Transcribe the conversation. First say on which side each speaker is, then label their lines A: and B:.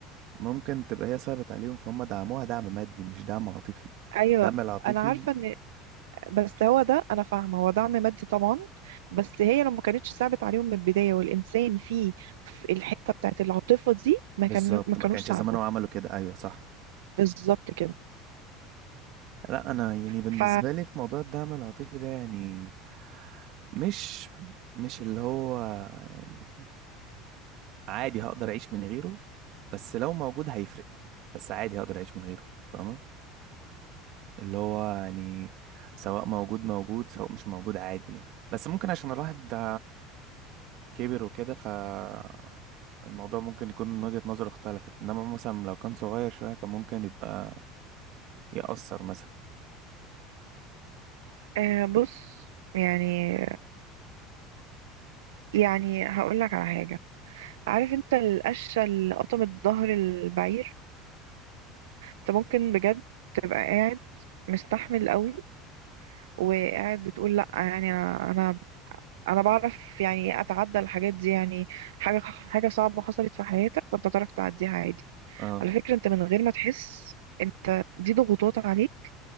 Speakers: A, on the right; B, on the right.
A: ممكن تبقى هي صعبت عليهم فهم دعموها دعم مادي مش دعم عاطفي
B: ايوه
A: الدعم العاطفي
B: انا عارفه ان بس هو ده انا فاهمه هو دعم مادي طبعا بس هي لو ما كانتش صعبت عليهم من البدايه والانسان فيه في الحته بتاعت العاطفه دي ما
A: بالظبط
B: كان ما كانوش
A: ما كانش
B: ساعدوه
A: زمانهم عملوا كده ايوه صح
B: بالظبط كده
A: لا انا يعني بالنسبه
B: ف
A: لي في موضوع الدعم العاطفي ده يعني مش مش اللي هو يعني عادي هقدر اعيش من غيره بس لو موجود هيفرق بس عادي هقدر اعيش من غيره فاهمه اللي هو يعني سواء موجود موجود سواء مش موجود عادي يعني بس ممكن عشان الواحد ده كبر وكده فالموضوع ممكن يكون من وجهة نظره اختلفت انما مثلا لو كان صغير شويه كان ممكن يبقى يأثر مثلا
B: آه بص يعني يعني هقول لك على حاجة عارف انت القشة اللي قطمت ظهر البعير انت ممكن بجد تبقى قاعد مستحمل قوي وقاعد بتقول لا يعني انا انا انا بعرف يعني اتعدى الحاجات دي يعني حاجة حاجة صعبة حصلت في حياتك فانت تعرف تعديها عادي
A: اه
B: على فكرة انت من غير ما تحس انت دي ضغوطات عليك